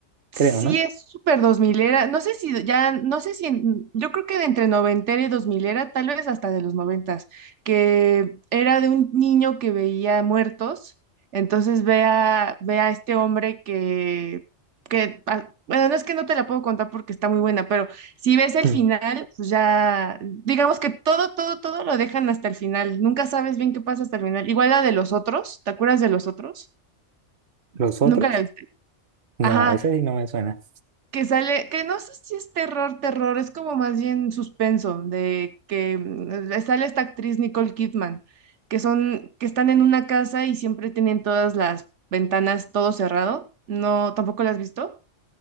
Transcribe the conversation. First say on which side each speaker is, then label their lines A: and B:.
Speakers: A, on the right (about 70°); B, on the right (about 45°).
A: Sí,
B: creo, ¿no?
A: es súper dos milera. No sé si ya, no sé si, en- yo creo que de entre noventera y dos milera, tal vez hasta de los noventas, que era de un niño que veía muertos. Entonces ve a, ve a este hombre que, que, ah, bueno, no es que no te la puedo contar porque está muy buena, pero si ves el
B: Mm.
A: final, pues ya, digamos que todo, todo, todo lo dejan hasta el final. Nunca sabes bien qué pasa hasta el final. Igual la de los otros, ¿te acuerdas de los otros?
B: ¿Los otros?
A: Nunca la viste.
B: No,
A: Ajá
B: esa sí no me suena.
A: que sale, que no sé si es terror, terror, es como más bien suspenso, de que mm, sale esta actriz Nicole Kidman, que son, que están en una casa y siempre tienen todas las ventanas todo cerrado. No, ¿tampoco la has visto?